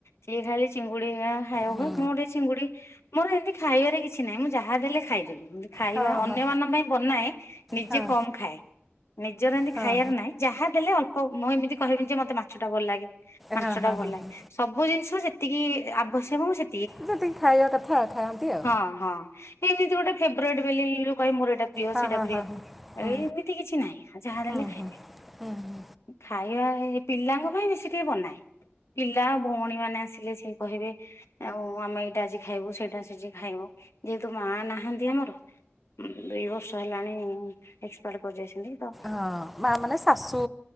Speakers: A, on the left; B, in the centre.
A: ସିଏ ଖାଲି ଚିଙ୍ଗୁଡି ଖାଇବା
B: ହୁଁ।
A: ପାଇଁ ମୁ ଗୋଟେ ଚିଙ୍ଗୁଡି ମୋର ଏମିତି ଖାଇବାରେ କିଛି ନାହିଁ ମୁଁ ଯାହା ଦେଲେ ଖାଇଦେବି। ଖାଇବା
B: ହଁ
A: ଅନ୍ୟମାନଙ୍କ
B: ହଁ
A: ପାଇଁ ବନାଏ ନିଜେ
B: ହଁ ହଁ
A: କମ୍ ଖାଏ। ନିଜର ଏମିତି
B: ହଁ
A: ଖାଇବାର ନାହିଁ ଯାହା ଦେଲେ ଅଳପ ମୁଁ ଏମିତି କହିବି ଯେ ମତେ ମାଛଟା ଭଲ ଲାଗେ? ମାଂସଟା
B: ହଁ ହଁ
A: ଭଲ
B: ହଁ
A: ଲାଗେ
B: ହଁ
A: ସବୁ ଜିନିଷ ଯେତିକି ଆବଶ୍ୟକ ମୁଁ ସେ
B: ଯେତିକି ଖାଇବା କଥା। ଖାଆନ୍ତି ଆଉ।
A: ହଁ ହଁ ଏମିତି ଗୋଟେ ଫ୍ରେବ୍ରିଟି ବୋଲି ହିରେ ମୋର ଏଇଟା ପ୍ରିୟ
B: ହଁ
A: ସେଇଟା
B: ହଁ
A: ପ୍ରିୟ।
B: ହଁ ହଁ ହୁଁ
A: ଏ ଏମିତି କିଛି ନାହିଁ ଯାହା
B: ହୁଁ
A: ଦେଲେ ଖାଇଦେବି।
B: ହୁଁ ହୁଁ ହୁଁ।
A: ଖାଇବା ଏ ପିଲାଙ୍କ ପାଇଁ ବେଶୀ ଟିକେ ବନାଏ। ପିଲା ଭଉଣୀମାନେ ଆସିଲେ ସେ କହିବେ। ଆଉ ଆମେ ଏଇଟା ଆଜିଖାଇବୁ ସେଇଟା ସେଠି ଖାଇବ ଯେହେତୁ ମା ନାହାନ୍ତି ଆମର। ଦୁଇ ବର୍ଷ ହେଲାଣି ଏକ୍ସପାଡ କରି ଯାଇଛନ୍ତି ତ?
B: ହଁ ମା ମାନେ ଶାଶୁ